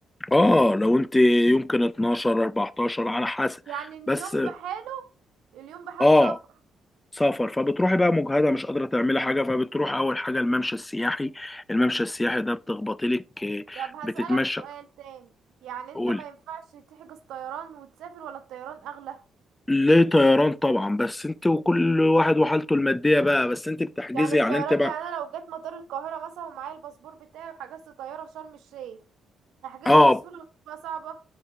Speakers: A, on the left; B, on the right.
A: اه لو انت يمكن 12 14 على حسب
B: يعني اليوم
A: بس
B: بحاله اليوم بحاله
A: اه
B: سفر
A: سفر فبتروحي بقى مجهده مش قادره تعملي حاجه فبتروح اول حاجه الممشى السياحي الممشى السياحي ده بتخبطي لك آه،
B: طب هسألك
A: بتتمشى
B: سؤال تاني يعني انت
A: قولي
B: ما ينفعش تحجز طيران وتسافر ولا الطيران أغلى
A: ليه طيران طبعا بس انت وكل واحد وحالته الماديه بقى بس انت بتحجزي
B: يعني الطيران
A: يعني انت بقى
B: يعني انا لو جت مطار القاهرة مثلا ومعايا الباسبور بتاعي وحجزت طيارة شرم الشيخ هحجزها
A: اه
B: بسهولة ولا هتبقى صعبة